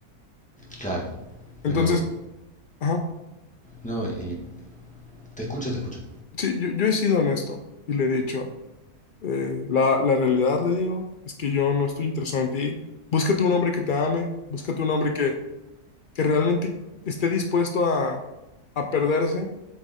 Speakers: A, in the centre; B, on the left (about 80°).
A: Claro,
B: Entonces,
A: pero,
B: ajá,
A: no, y te escucho, te escucho.
B: sí, yo, yo he sido honesto y le he dicho, eh, la, la realidad, le digo, es que yo no estoy interesado en ti, búscate un hombre que te ame, búscate un hombre que, que realmente esté dispuesto a, a perderse